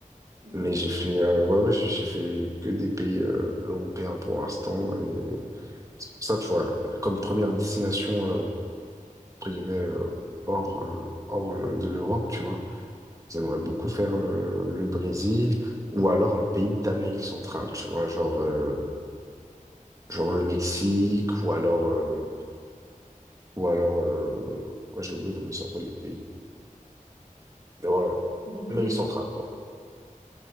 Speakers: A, on the right (about 65°); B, on the right (about 25°).
A: <laughs> D'accord.
B: Mais j'ai fait, euh, ouais, ouais, j'ai j'ai fait que des pays euh, européens pour l'instant. Et c'est pour ça, tu vois, comme première destination. euh, entre guillemets, euh, hors, euh, hors euh, de l'Europe, tu vois. J'aimerais beaucoup faire euh, le Brésil ou alors un pays d'Amérique centrale, tu vois, genre, euh, genre le Mexique ou alors, euh, ou alors euh, ouais, j'ai oublié comment il s'appelle le pays. Mais voilà,
A: Uruguay.
B: Amérique centrale, quoi.